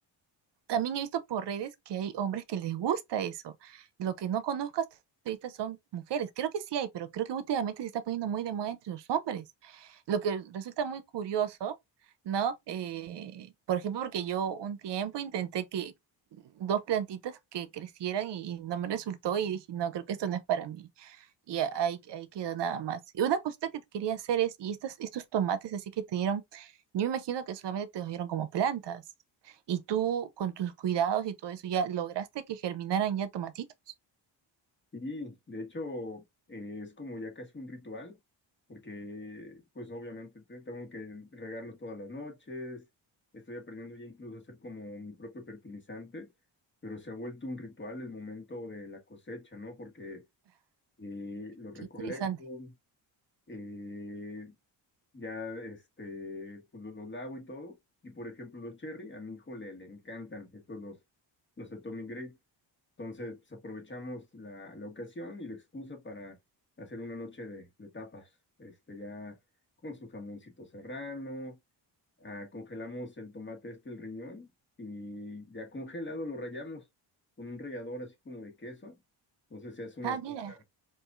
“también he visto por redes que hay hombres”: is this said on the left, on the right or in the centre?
Right